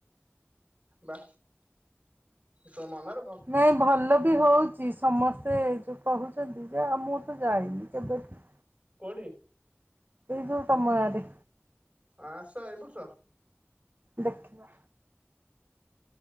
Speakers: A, on the right (about 30°); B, on the right (about 45°).
A: ବା ତମ ମନର
B: ନାଇଁ ଭଲ ବି ହଉ ସମସ୍ତେ ଏ ଯୋଉ କହୁଛନ୍ତି ଯେ ଆ ମୁଁ ତ ଯାଇନି କେବେ ବି
A: କୋଉଠି?
B: ଏଇ ଯୋଉ ତମ ଗାଁ ରେ
A: ଆସ ଏଇ ବର୍ଷ।
B: ଦେଖିବା